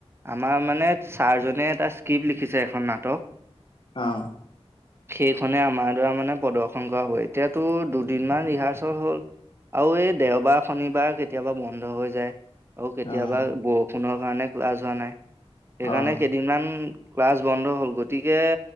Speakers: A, on the right (about 20°); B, on the left (about 45°).
A: আমাৰ মানে ছাৰজনে এটা স্ক্ৰিপ্ট লিখিছে, এখন নাটক।
B: অ'।
A: সেইখনে আমাৰ দৰে মানে প্ৰদৰ্শন কৰা হয়, এতিয়াতো দুদিনমান ৰিহাৰ্চেল হ'ল। আৰু এই দেওবাৰ, শনিবাৰে কেতিয়াবা বন্ধ হৈ যায়। আৰু কেতিয়াবা
B: অ',
A: বৰষুণৰ কাৰণে ক্লাছ হোৱা নাই, সেইকাৰণে
B: অ',
A: কেই দিনমান ক্লাছ বন্ধ হ'ল। গতিকে